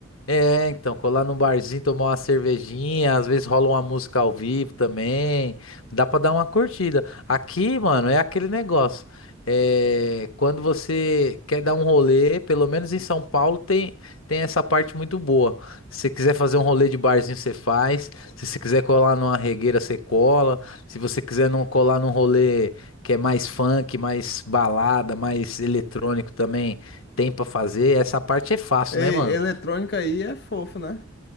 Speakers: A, on the left; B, on the left.
A: É, então, colar num barzinho, tomar uma cervejinha, às vezes rola uma música ao vivo também, dá pra dar uma curtida. Aqui, mano, é aquele negócio. É, quando você quer dar um rolê, pelo menos em São Paulo tem, tem essa parte muito boa. Se você quiser fazer um rolê de barzinho, você faz. Se você quiser colar numa regueira, você cola. Se você quiser não colar num rolê que é mais funk, mais balada, mais eletrônico também, tem pra fazer. Essa parte é fácil,
B: Ei,
A: né, mano?
B: eletrônica aí é fofo, né?